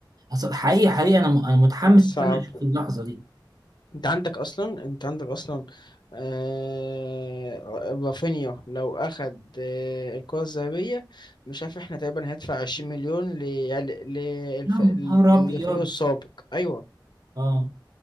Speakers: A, on the right; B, on the left.
A: أصل- حقيقي حقيقي انا م- انا متحمس
B: آه، <laughs> صعب
A: ان انا اشوف اللحظة دي
B: انت عندك اصلا انت عندك اصلا آه رافينيا لو اخد آه الكرة الذهبية مش عارف احنا تقريبا هندفع 20 مليون ل- يعني ل-
A: يا
B: للف-
A: نهار
B: للفريق
A: ابيض
B: السابق ايوه
A: اه